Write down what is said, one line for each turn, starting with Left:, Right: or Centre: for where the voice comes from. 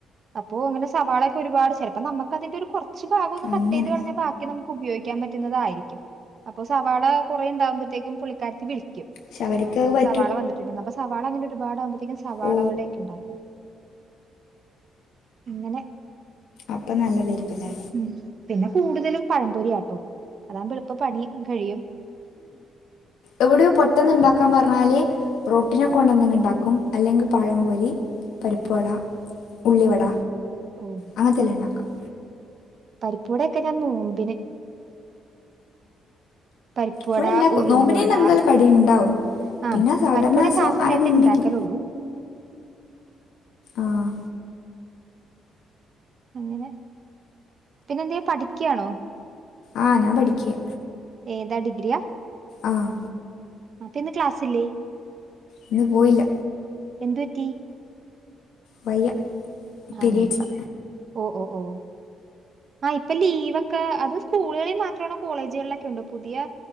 Right: അപ്പോ അങ്ങനെ സവാളൊക്കെ ഒരുപാട് ചെലപ്പോ നമുക്ക് അതിന്റെ ഒരു കൊറച്ച് ഭാഗൊന്ന് കട്ടൈയ്ത്
Left: അങ്ങനെ
Right: കളഞ്ഞ ബാക്കി നമുക്ക് ഉപയോഗിക്കാം പറ്റുന്നതായിരിക്കും അപ്പൊ സവാള കുറേണ്ടാകുമ്പഴത്തേക്കും പുള്ളിക്കാരത്തി വിളിക്കും
Left: ക്ഷെ അവരിക്കഹ്പറ്റ്
Right: സവാള വന്നിട്ടുണ്ടണ്ട് അപ്പൊ സവാള അങ്ങനെ ഒരുപാട് ആകുമ്പത്തേക്കും സവാള
Left: ഓ
Right: വടക്കെണ്ടാക്കും അങ്ങനെ
Left: അപ്പം നല്ല തൈകുല്ലേ
Right: ഉം പിന്നെ കൂടുതലും പഴംപൊരിയാട്ടോ അതാകുമ്പോ എളുപ്പം പണിം കഴിയും
Left: ഇവിടെ പൊട്ടെന്ന് ഇണ്ടാക്കാൻ പറഞ്ഞാല് റൊട്ടിനെ കൊണ്ടന്നങ്ങ് ഇണ്ടാക്കും അല്ലങ്കി പഴം പൊരി പരിപ്പ് വട ഉള്ളി വട
Right: ഓഹ്
Left: അങ്ങനത്തെല്ലാം ഇണ്ടാക്കും
Right: പരിപ്പ് വടൊക്കെ ഞാൻ നോമ്പിന് പരിപ്പുവട
Left: ഇവിടെണ്ടാക്കും
Right: ഉഴുന്നുവട
Left: നോമ്പിന് പിന്നെ എന്തായാലും കടിണ്ടാവും
Right: ആഹ്
Left: പിന്നെ സാധാരണാസോ
Right: പരിപ്പുവടയൊക്കെ ആ സമയത്തെ
Left: ആരെങ്കി ഇണ്ടെങ്കി
Right: ഇണ്ടാക്കലുള്ളൂ
Left: ആഹ്
Right: അങ്ങനെ പിന്നെ എന്തേ പഠിക്കാണോ
Left: ആഹ് ഞാൻ പഠിക്കാ
Right: ഏതാ ഡിഗ്രിയാ
Left: ആഹ്
Right: അപ്പ ഇന്ന് ക്ലാസ്സ് ഇല്ലേ
Left: ഇന്ന് പോയില്ല
Right: എന്ത് പറ്റി
Left: വയ്യ പീരീഡ്സാ
Right: ആണോ ഓഹ് ഓഹ് ഓഹ് ആഹ് ഇപ്പൊ ലീവൊക്കെ അത് സ്കൂളുകളിൽ മാത്രാണോ കോളേജുകളിലൊക്കെ ഉണ്ടോ പുതിയ-